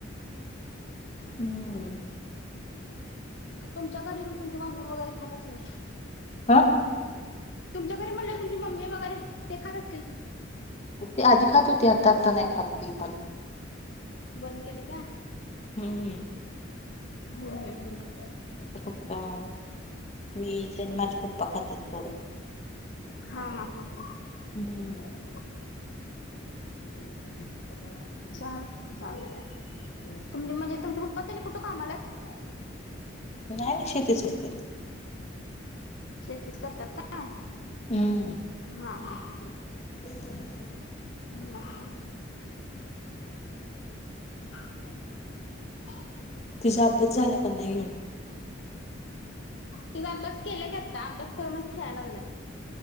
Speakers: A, on the left; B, on the left.
A: हम्म
B: तुमच्या घरी तुमची मम्मी वगैरे खात असेल ना
A: हा.
B: तुमच्या घरी म्हणलं तुमची मम्मी वगैरे ते खात असतील.
A: ते आधी खात होती आता आता नाही खात ति पण.
B: बंद केल का?
A: हम्म
B: होय हम्म.
A: पप्पा, फक्त मी जण माझ्या पप्पा खातात थोडं.
B: हा हा हा.
A: हम्.
B: <unintelligible> हम्. चालत चालत, तुम म्हणजे तुमच्या पप्पातने कुठे कामाला आहेत?
A: नाही नाही शेतीच करतेत.
B: शेतीच करतात काय?
A: हम्म
B: हा हा ह ह.
A: <inaudible>
B: मा हा <unintelligible> हम <unintelligible>
A: तिचा अभ्यास का नाही?
B: तिचा अभ्यास केला की आता, अभ्यास करूनच खेळायला लागल्या.